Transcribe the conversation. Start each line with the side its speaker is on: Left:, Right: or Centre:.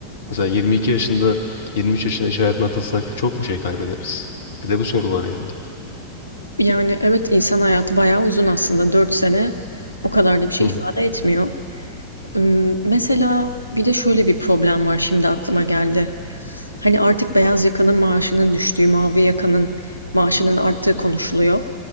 Left: Mesela 22 yaşında, 23 yaşında iş hayatına atılsak çok mu şey kaybederiz? Bir de bu soru var yani.
Right: Yani evet insan hayatı bayağı uzun aslında. 4 sene o kadar da bir şey
Left: Hı hı.
Right: ifade etmiyor. Imm, mesela bir de şöyle bir problem var şimdi aklıma geldi. Hani artık beyaz yakanın maaşının düştüğü, mavi yakanın maaşının arttığı konuşuluyor.